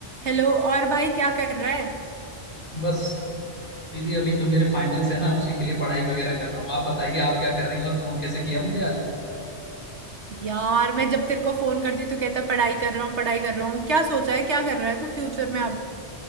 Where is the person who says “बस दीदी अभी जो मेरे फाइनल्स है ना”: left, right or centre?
Left